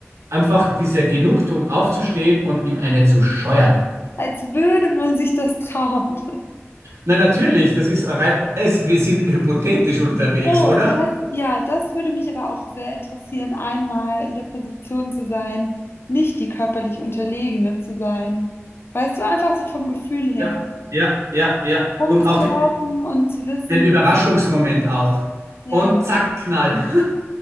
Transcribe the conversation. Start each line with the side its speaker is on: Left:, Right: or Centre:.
Right: einfach diese Genugtuung aufzustehen und ihm eine zu scheuern.
Left: als würde man sich das trauen.
Right: Na natürlich, das ist rein, es, wir sind hypothetisch unterwegs,
Left: Oh,
Right: oder?
Left: das, ja, das würde mich aber auch sehr interessieren, einmal in der Position zu sein, nicht die körperlich Unterlegene zu sein. Weißt du, einfach so vom Gefühl her,
Right: Ja, ja, ja, ja.
Left: rumzulaufen
Right: Und auch den,
Left: und zu wissen,
Right: den Überraschungsmoment auch.
Left: ja,
Right: Und zack, Knall. <laughs>